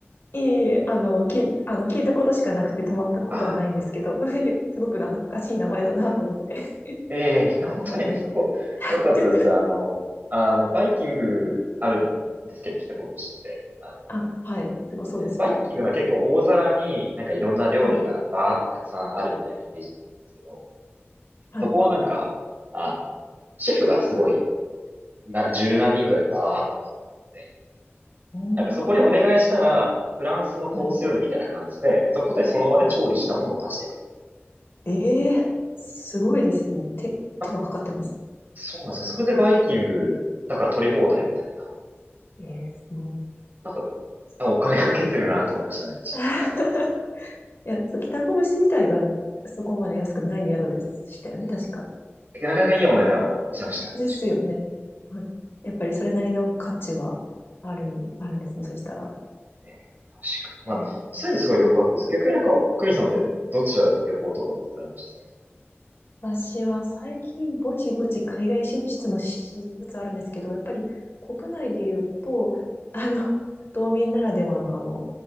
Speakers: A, on the left; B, on the right.
A: いあの、聞い、あの、聞いたことしかなくて止まったことはないんですけど、
B: ああ
A: <laughs> すごく懐かしい名前だなと思って。
B: ー、ええいや本当にあそこ、
A: <laughs> はい。<laughs>
B: 良かったです。あの、あの、バイキングあるんですけど、北こぶしって。あの、
A: あ、はい。すごそうですよね。
B: バイキングのは結構大皿になんかいろんな料理がバーってたくさんあるみたいなイメージだと思うんですけど、
A: はい。はい。
B: そこはなんか、あの、シェフがすごい、な、十何人ぐらいバーっとなって、
A: うーん。
B: なんかそこにお願いしたら、
A: 急な
B: フランスのコース料理みたいな感じで、
A: はい。
B: そこでその場で調理したものを出してくれる。
A: えええーすごいですね。手、
B: あ、
A: 手がかかってます。
B: そうなんですね。それでバイキングだから取り放題みたいな。
A: ええーすごい。
B: なんか、
A: そう
B: あお金かけてるなと思いましたね。
A: <laughs> いや、そう北越自体がそこまで安くない宿でしたよね、確か。
B: なかなかいいお値段はしましたね、
A: ですよね。
B: 確かに。
A: はい。やっぱりそれなりの価値はある、あるんですね、そしたら。
B: えー確かに。まあ、
A: へえ。
B: そういうのすごいよくあってです。逆になんか、クミさんってどちら旅行とかってされました、
A: はい。
B: 最近。
A: 私は最近ぼちぼち海外進出もしつつあるんですけど、やっぱり国内で言うと、あの、道民ならではのあの、